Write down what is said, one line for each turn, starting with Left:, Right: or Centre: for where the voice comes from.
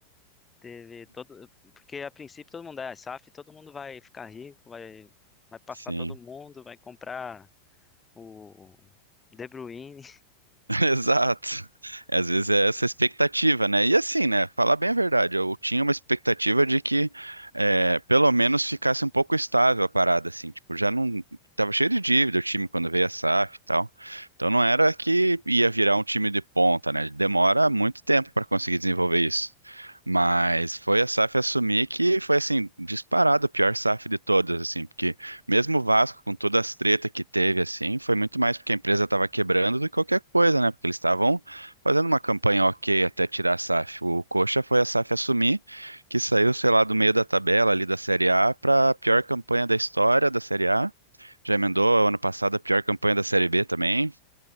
Left: Teve todo. Porque a princípio todo mundo é ah, SAF, todo mundo vai ficar rico, vai, vai passar
Right: Sim.
Left: todo mundo, vai comprar o De Bruyne.
Right: <laughs> Exato. Às vezes é essa expectativa, né? E assim, né? Falar bem a verdade, eu tinha uma expectativa de que é, pelo menos ficasse um pouco estável a parada, assim. Tipo, já não. Tava cheio de dívida o time quando veio a SAF e tal. Então não era que ia virar um time de ponta, né? Demora muito tempo para conseguir desenvolver isso. Mas foi a SAF assumir que foi, assim, disparado a pior SAF de todas, assim, porque. Mesmo o Vasco, com todas as tretas que teve, assim, foi muito mais porque a empresa estava quebrando do que qualquer coisa, né? Porque eles estavam fazendo uma campanha ok até tirar a SAF. O Coxa foi a SAF assumir, que saiu, sei lá, do meio da tabela ali da Série A para a pior campanha da história da Série A. Já emendou ano passado a pior campanha da Série B também.